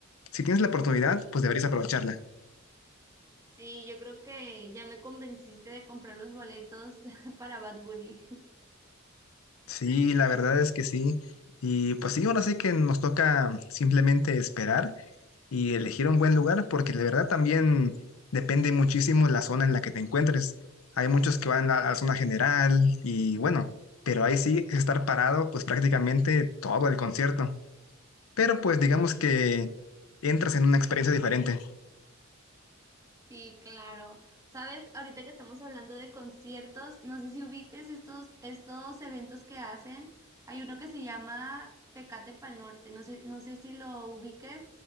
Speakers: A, on the left; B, on the right.
A: Si tienes la oportunidad, pues deberías aprovecharla.
B: Sí, yo creo que ya me convenciste de comprar los boletos <laughs> para Bad Bunny.
A: Sí, la verdad es que sí. Y pues sí, ahora sí que nos toca simplemente esperar y elegir un buen lugar, porque la verdad también depende muchísimo la zona en la que te encuentres. Hay muchos que van a la zona general y bueno, pero ahí sí es estar parado pues prácticamente todo el concierto. Pero pues digamos
B: Sí,
A: que entras en una experiencia diferente.
B: sí, claro. Sabes, ahorita que estamos hablando de conciertos, no sé si ubiques estos, estos eventos que hacen. Hay uno que se llama Tecate Pal Norte, no sé, no sé si lo ubiques.